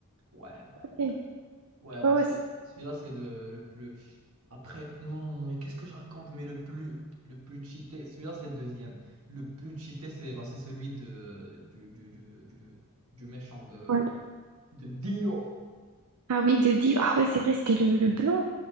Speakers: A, on the right; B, on the right.
A: Ouais, ouais, ouais.
B: Ok. Ouais,
A: Ouais, ouais,
B: ouais,
A: ce-
B: c'est-
A: celui-là, c'est le, le plus. Après, non, non, mais qu'est-ce que je raconte? Mais le plus, le plus cheaté, celui-là, c'est le deuxième. Le plus cheaté, c'est bah, c'est celui de, du, du, du, du, du méchant de,
B: ouais.
A: de Dio.
B: Ah oui, de Dio. Ah ouais, c'est vrai, c'était le, le blond.